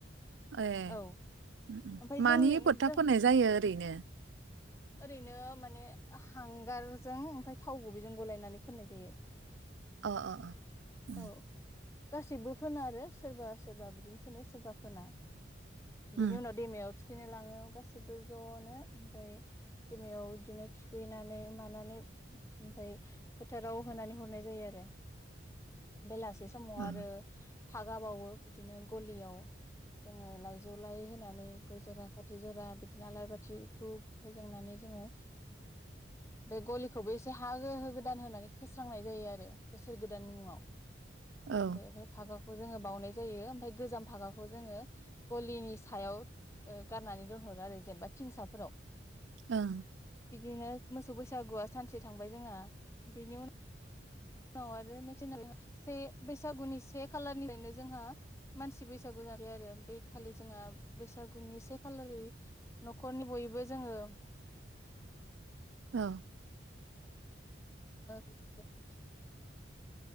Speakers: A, on the right; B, on the left.
A: ए
B: औ
A: ओम ओम
B: ओमफ्राय
A: मानि
B: जोंनि
A: फोथा
B: जों
A: फोननाय जायो ओरैनो
B: ओरैनो माने हांगारजों ओमफ्राय थाव गुबैजों गलायनानै फोननाय जायो
A: अ अ अ उम
B: औ गासिबो फोनो आरो सोरबा सोरबा बिदिनो फोनो सोरबा फोना बिनि
A: उम
B: उनाव दैमायाव थुखैनो लाङो गासैबो ज'नो ओमफ्राय दैमायाव बिदिनो थुखैनानै मानानै ओमफ्राय फोथाराव होनानै हरनाय जायो आरो बेलासि मोनसे समाव
A: औ
B: आरो फागा बावो बिदिनो गलियाव जोङो लाइजौ लाय होनानै गय जरा फाथै जरा बिदिनो आलारि बाथि धुब फोजोंनानै जोङो बे गलिखौबो एसे हा होगो गोदान होनानै फोस्रांनाय जायो आरो बोसोर गोदाननि मुङाव
A: औ
B: बे फ्राय फागाखौ जोङो बावउनाय जायो ओमफफ्राय गोजाम फागाखौ जोङो गलिनि सायाव ओ गारनानै दोनहरो आरो जेनेबा थिंसाफोराव
A: ओं
B: बिदिनो मोसौ बैसागुआ सानसे थांबाय जोंना बिनि उन उनाव आरो नेक्स् से बैसागुनि से खालारनिफ्रायनो जोंहा मानसि बैसागु जायो आरो बे खालि जोंहा बैसागुनि से खालारै न'खरनि बयबो जोङो
A: औ
B: ब <unintelligible>